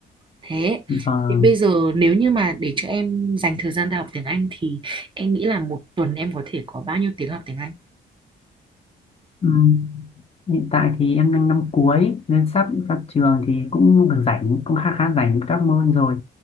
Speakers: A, on the right; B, on the left.
A: Thế
B: vâng
A: thì bây giờ nếu như mà để cho em dành thời gian ra học tiếng Anh thì em nghĩ là một tuần em có thể có bao nhiêu tiếng học tiếng Anh?
B: Ừ. Hiện tại thì em đang năm cuối nên sắp ra trường thì cũng được rảnh cũng khá khá rảnh các môn rồi